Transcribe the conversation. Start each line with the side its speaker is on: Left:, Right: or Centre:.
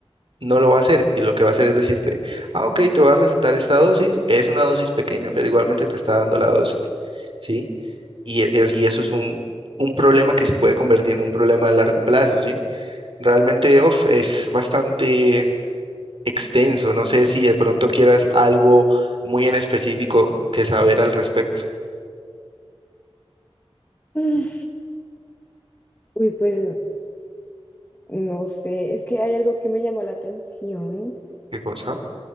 Right: no lo va a hacer y lo que va a hacer es decirte, ah, ok, te va a recetar esta dosis, es una dosis pequeña, pero igualmente te está dando la dosis, ¿sí? Y, e- e, y eso es un, un problema que se puede convertir en un problema a largo plazo, ¿sí? Realmente, uf, es bastante extenso, no sé si de pronto quieras algo muy en específico que saber al respecto.
Left: Mm. Uy, pues no sé, es que hay algo que me llama la atención
Right: ¿Qué cosa?